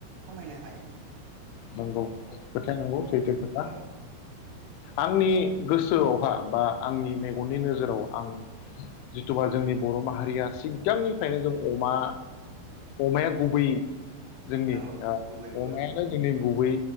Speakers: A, on the right; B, on the left.
A: खामायनो हायो
B: नंगौ
A: औ
B: खोथाया नंगौ
A: औ
B: सैथो खोथा
A: औ
B: आंनि गोसोआवहा बा आंनि मेगननि नोजोराव आं जिथुबा जोंनि बर' माहारिया सिगांनिफ्रायनो जों अमा अमाया गुबै जोंनि
A: औ
B: ओ
A: गुबै गुबै
B: अमायानो
A: औ
B: नि गुबै